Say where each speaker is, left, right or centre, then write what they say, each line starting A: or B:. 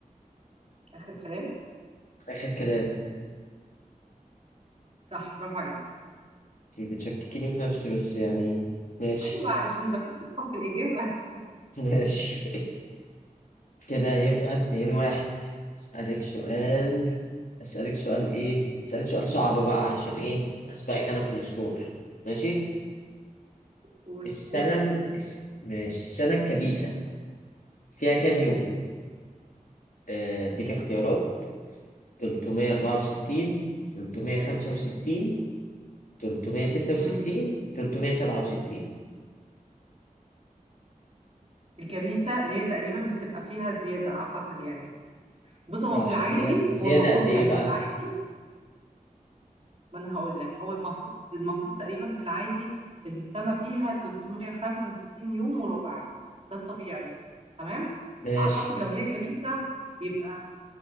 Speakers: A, on the right; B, on the left.
A: اخر كلام
B: آخر كلام
A: صح برافو عليك
B: انتي بتشككيني في نفسي بس يعني ماشي
A: ايوه علشان يبقى في ثقة في الاجابة
B: <laughs> ماشي كده يبقى اتنين واحد أسألك سؤال أسألك سؤال ايه؟ أسألك سؤال صعب بقى علشان ايه؟ أسبقك أنا في السكور ماشي؟
A: <laughs> قول
B: السنة
A: قول طيب
B: ال... الس- ماشي السنة الكبيسة فيها كام يوم؟ آه، اديك اختيارات 364 365 366
A: مم.
B: 367
A: الكبيسة اللي هي تقريبا بتبقى فيها زيادة اعتقد يعني بص
B: صح
A: هو في العادي
B: زي... زيادة
A: هو المفروض
B: قد ايه
A: يعني
B: بقى؟
A: ان العادي ما انا هقول لك هو المفروض المفروض تقريبا في العادي السنه فيها 365 يوم وربع ده الطبيعي تمام
B: ماشي
A: اعتقد لو هي كبيسه يبقى